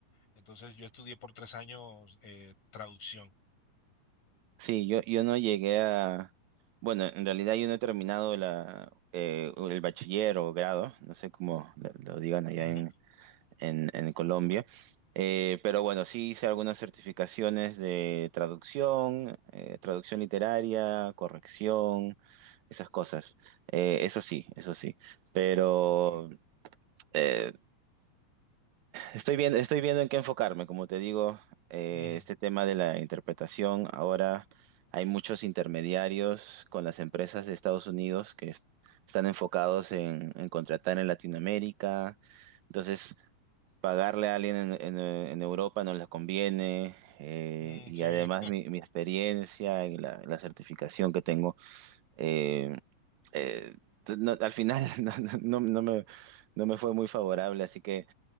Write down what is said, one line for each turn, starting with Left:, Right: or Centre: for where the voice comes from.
Left: entonces yo estudié por tres años eh, traducción.
Right: Sí, yo, yo no llegué a... Bueno, en realidad yo no he terminado la, eh, el bachiller o grado, no sé cómo lo, lo digan allá
Left: Ujú,
Right: en, en, en Colombia, Eh, pero bueno, sí hice algunas certificaciones de traducción, eh, traducción literaria, corrección, esas cosas. Eh, eso sí, eso sí, pero...
Left: Ok.
Right: eh, Estoy viendo, estoy viendo en qué enfocarme, como te digo, eh,
Left: ujú,
Right: este tema de la interpretación, ahora hay muchos intermediarios con las empresas de Estados Unidos que est- están enfocados en, en contratar en Latinoamérica, entonces pagarle a alguien en, en, eh, en Europa no les conviene, eh,
Left: mm,
Right: y
Left: sí,
Right: además mi, mi experiencia y la, la certificación que tengo, eh, eh, no- al final <laughs> no, no- no me, no me fue muy favorable, así que...